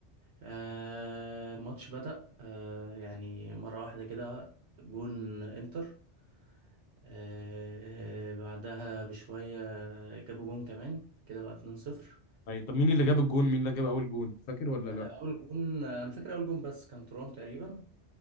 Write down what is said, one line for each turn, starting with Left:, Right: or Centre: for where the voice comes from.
Right: آه الماتش بدأ آه يعني مرة واحدة كده جون انتر آه، بعدها بشوية جابوا جون كمان كده بقى 2-0
Left: أي طب مين اللي جاب الجون؟ مين اللي جاب اول جون؟ فاكر ولا
Right: آه،
Left: لا؟
Right: أول جون أنا فاكر أول جون بس كان ترام تقريبا